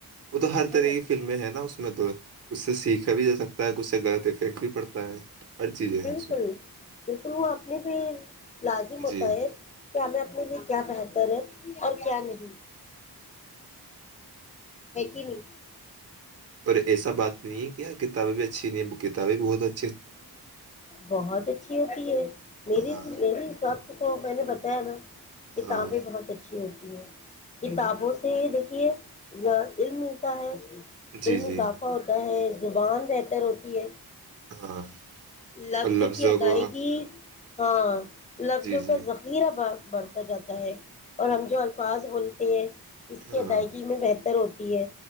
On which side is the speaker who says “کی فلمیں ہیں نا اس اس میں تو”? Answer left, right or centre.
Right